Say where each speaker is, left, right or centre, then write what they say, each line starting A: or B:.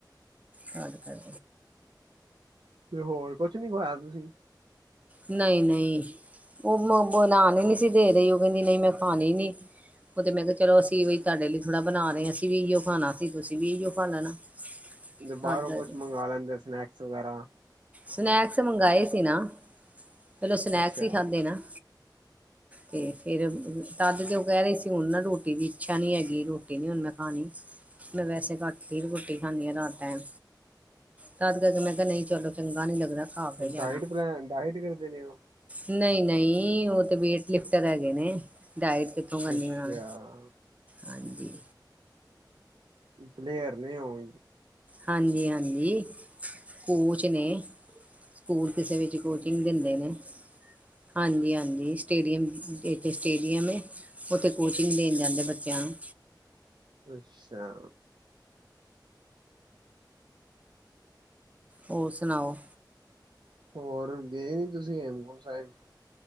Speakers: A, on the right; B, on the right.
A: ਤਦ ਕਰਕੇ
B: ਤੇ ਹੋਰ ਕੁਛ ਨੀ ਖਵਾਇਆ ਤੁਸੀਂ
A: ਨਹੀਂ ਨਹੀਂ ਉਹ ਬਣਾਨ ਨਹੀਂ ਸੀ ਦੇ ਰਹੀ ਉਹ ਕਹਿੰਦੀ ਨਹੀਂ ਮੈਂ ਖਾਣੀ ਨਹੀਂ। ਉਹ ਤੇ ਮੈਂ ਕਿਹਾ ਚਲੋ ਅਸੀਂ ਵੀ ਤੁਹਾਡੇ ਲਈ ਥੋੜ੍ਹਾ ਬਣਾ ਰਹੇ ਅਸੀਂ ਵੀ ਇਹੀ ਖਾਣਾ ਤੁਸੀ ਵੀ ਇਹੋ ਖਾ ਲੈਣਾ। ਸਟਾਰਟ
B: ਬਾਹਰੋਂ
A: ਕਰ
B: ਕੁਛ
A: ਦਿੰਦੇ
B: ਮੰਗਵਾ ਲੈਂਦੇ ਸਨੈਕਸ ਵਗੈਰਾ।
A: ਸਨੈਕਸ ਮੰਗਵਾਏ ਸੀ ਨਾ ਫਿਰ ਓ ਸਨੈਕਸ
B: ਅੱਛਾ
A: ਹੀ ਖਾਧੇ ਨਾ।
B: <inaudible>
A: ਤੇ ਫਿਰ ਤਦ ਤੇ ਉਹ ਕਹਿ ਰਹੀ ਸੀ ਹੁਣ ਨਾ ਰੋਟੀ ਦੀ ਇੱਛਾ ਨਹੀਂ ਹੈਗੀ ਰੋਟੀ ਨਹੀਂ ਹੁਣ ਮੈਂ ਖਾਣੀ। ਮੈਂ ਵੈਸੇ ਘੱਟ ਰੋਟੀ ਖਾਂਦੀ ਆ ਰਾਤ ਟਾਈਮ ਤਦ ਕਰਕੇ ਮੈਂ ਕਿਹਾ ਨਹੀਂ ਚਲੋ ਚੰਗਾ ਨੀ ਲੱਗਦਾ। ਖਾ ਕੇ ਜਾਣਾ
B: ਡਾਇਟ ਪਲ ਡਾਇਟ ਕਰਦੇ ਨੇ ਉਹ
A: ਨਹੀਂ ਨਹੀਂ ਉਹ ਤੇ ਵੇਟ ਲਿਫਟਰ ਹੈਗੇ ਨੇ ਡਾਇਟ ਕਿਥੋਂ ਕਰਨੀ
B: ਅੱਛਾ
A: ਉਹਨਾ ਨੇ। ਹਾਂਜੀ।
B: ਪਲੇਅਰ ਨੇ ਉਹ।
A: ਹਾਂਜੀ ਹਾਂਜੀ ਕੋਚ ਨੇ। ਸਕੂਲ ਕਿਸੇ ਵਿੱਚ ਕੋਚਿੰਗ ਦਿੰਦੇ ਨੇ। ਹਾਂਜੀ ਹਾਂਜੀ ਸਟੇਡੀਅਮ ਇੱਥੇ ਸਟੇਡੀਅਮ ਐ। ਉੱਥੇ ਕੋਚਿੰਗ ਦੇਣ ਜਾਂਦੇ ਬੱਚਿਆਂ ਨੂੰ।
B: ਅੱਛਾ।
A: ਹੋਰ ਸੁਣਾਓ।
B: ਹੋਰ ਗਏ ਨੀ ਤੁਸੀਂ ਹਮਕੁੰਟ ਸਾਹਿਬ।